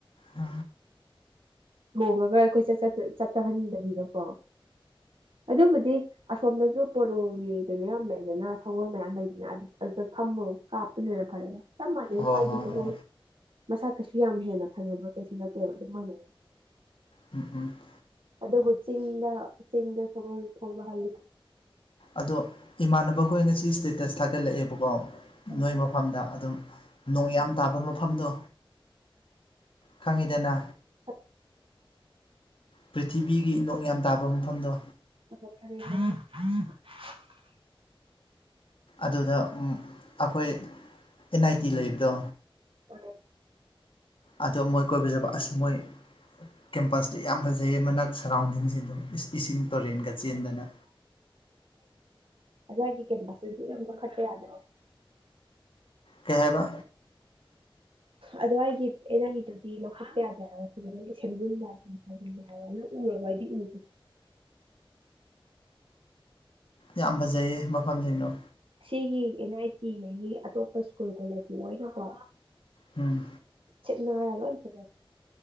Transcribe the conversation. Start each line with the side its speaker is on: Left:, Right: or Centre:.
Left: ꯑ
Right: ꯊꯣꯡꯉꯒ ꯑꯩꯈꯣꯏ ꯆꯠꯇꯍꯟꯗꯕꯤꯗꯀꯣ ꯑꯗꯨꯕꯨꯗꯤ ꯑꯁꯣꯝꯗꯁꯨ ꯄꯣꯔꯣꯒꯤ ꯀꯩꯅꯣ ꯌꯥꯝ ꯂꯩꯗꯅ ꯁꯒꯣꯜ ꯃꯌꯥꯝ ꯂꯩꯗꯅ ꯑꯗꯨꯗ ꯐꯝꯃ ꯀꯥꯞ ꯑꯗꯨ ꯐꯔ ꯆ ꯃꯥꯖꯦ
Left: ꯍꯣꯏ
Right: ꯁ꯭ꯋꯥꯏꯗꯤ
Left: ꯍꯣꯏ
Right: ꯁꯒꯣꯜ
Left: ꯍꯣꯏ
Right: ꯃꯁꯥ ꯀꯩꯁꯨ ꯌꯥꯝ ꯍꯦꯟꯅ ꯐꯖꯕ ꯀꯩꯁꯨ ꯅꯠꯇꯦꯕ ꯑꯗꯨꯝꯅ
Left: ꯎꯝ ꯎꯝ
Right: ꯑꯗꯨꯕꯨ ꯆꯤꯡꯗ ꯆꯤꯡꯗ ꯁꯒꯣꯜ ꯊꯧꯕ ꯍꯥꯏ
Left: ꯑꯗꯣ ꯏꯃꯥꯟꯅꯕꯈꯣꯏꯅ ꯁꯤ ꯏꯁꯇꯦꯇꯁ ꯊꯥꯒꯠꯂꯛꯑꯦꯕꯀꯣ
Right: ꯎꯝ
Left: ꯅꯣꯏ ꯃꯐꯝꯗ ꯑꯗꯨꯝ ꯅꯣꯡ
Right: ꯎꯝ
Left: ꯌꯥꯝ ꯇꯥꯕ ꯃꯐꯝꯗꯣ ꯈꯪꯉꯤꯗꯅ
Right: ꯍ
Left: ꯄ꯭ꯔꯤꯊꯤꯕꯤꯒꯤ ꯅꯣꯡ ꯌꯥꯝ ꯇꯥꯕ ꯃꯐꯝꯗꯣ
Right: <inaudible>
Left: ꯑꯗꯨꯗ ꯑꯩꯈꯣꯏ ꯑꯦꯟ ꯑꯥꯏ ꯇꯤ ꯂꯩꯕꯗꯣ
Right: ꯎꯝ
Left: ꯑꯗꯣ ꯃꯣꯏ ꯀꯣꯏꯕꯤꯖꯕ ꯑꯁ ꯃꯣꯏ ꯀꯦꯝꯄꯁꯇ ꯌꯥꯝ ꯐꯖꯩ ꯃꯅꯥꯛ ꯁꯔꯥꯎꯟꯗꯤꯡꯁꯤ ꯑꯗꯨꯝ ꯏꯁꯤꯡ ꯇꯨꯔꯦꯟꯒ ꯆꯦꯟꯗꯅ
Right: <inaudible> ꯕꯁꯣ ꯈꯠꯇꯦ ꯌꯥꯗꯕ
Left: ꯀꯍ ꯍꯥꯏꯕ
Right: ꯑꯗꯣ ꯑꯩꯒꯤ ꯑꯦꯅꯒꯤꯗꯨꯗꯤ ꯂꯧꯈꯠꯄ ꯌꯥꯗꯦꯕ ꯐꯖ ꯅ ꯁꯦꯝꯖꯤꯟꯕꯟꯕ ꯌꯥꯔꯕ ꯎꯕꯗꯤ ꯎ
Left: ꯌꯥꯝ ꯐꯖꯩꯌꯦ ꯃꯐꯝꯁꯤꯡꯅꯣ
Right: ꯁꯤꯒꯤ ꯑꯦꯟ ꯑꯥꯏ ꯇꯤꯒꯤ ꯑꯇꯣꯞꯄ ꯁ꯭ꯀꯨꯜ ꯀꯣꯂꯦꯖꯀꯤ ꯑꯣꯏꯅꯀꯣ
Left: ꯎꯝ
Right: ꯅꯅꯥ ꯂ ꯆ